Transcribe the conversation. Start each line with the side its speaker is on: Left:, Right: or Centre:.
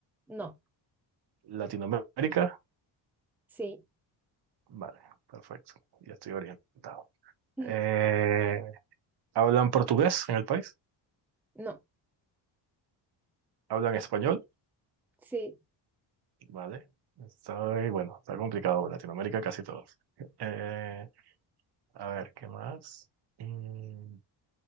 Centre: No,
Right: Latinoamérica?
Centre: sí,
Right: Vale, perfecto. Ya estoy orientado.
Centre: <laughs>
Right: Eh, ¿hablan portugués en el país?
Centre: no,
Right: ¿Hablan español?
Centre: sí.
Right: Vale. está bueno, está complicado. Latinoamérica casi todos. Eh, a ver, ¿qué más? Mm,